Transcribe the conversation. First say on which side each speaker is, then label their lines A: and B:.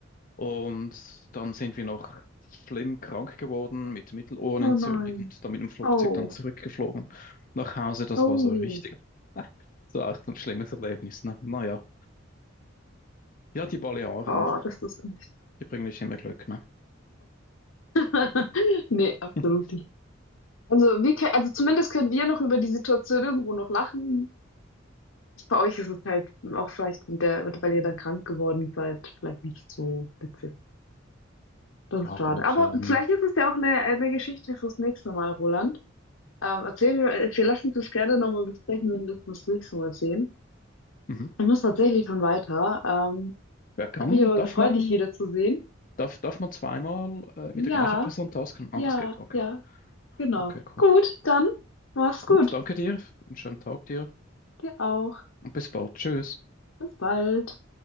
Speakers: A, on the left; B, on the left.
A: Und dann sind wir noch schlimm krank geworden mit Mittelohrenentzündung
B: Oh nein.
A: und dann mit dem Flugzeug
B: Oh.
A: dann zurückgeflogen nach Hause. Das
B: Oh.
A: war so richtig, <laughs> äh, so auch ein schlimmes Erlebnis. Ne? Naja, ja, Ja, die Balearen,
B: Oh, das ist nicht.
A: die bringen nicht immer Glück. Ne?
B: <laughs> Nee, absolut
A: <laughs>
B: nicht. Also wir können, also zumindest können wir noch über die Situation irgendwo noch lachen. Bei euch ist es halt auch vielleicht mit der, weil ihr dann krank geworden seid, vielleicht nicht so witzig. Das
A: Ja,
B: ist schade.
A: gut.
B: Aber
A: Ähm,
B: vielleicht ist es ja auch eine, eine Geschichte fürs nächste Mal, Roland. Ähm, erzähl mir, wir lassen uns das gerne nochmal besprechen, wenn wir das nächste Mal sehen.
A: mhm.
B: Ich muss tatsächlich schon weiter. Ähm,
A: Wer kann,
B: hat mich aber
A: darf
B: gefreut,
A: man
B: dich wiederzusehen.
A: Darf, darf man zweimal äh, mit
B: Ja,
A: der gleichen Person tasken? Ah,
B: ja,
A: das geht. Okay.
B: ja, genau.
A: Okay, cool.
B: Gut, dann mach's
A: Gut,
B: gut.
A: danke dir. Einen schönen Tag dir
B: Dir auch.
A: und bis bald. Tschüss.
B: Bis bald.